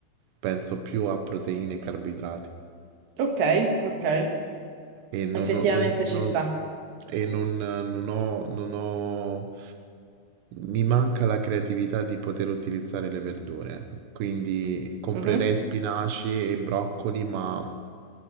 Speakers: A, on the right; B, on the right.
A: penso più a proteine e carboidrati
B: Ok, ok.
A: e
B: Effettivamente
A: non ho, non- non-
B: ci sta.
A: e non- non ho- non ho- mi manca la creatività di poter utilizzare le verdure, quindi comprerei
B: Mhm.
A: spinaci e broccoli, ma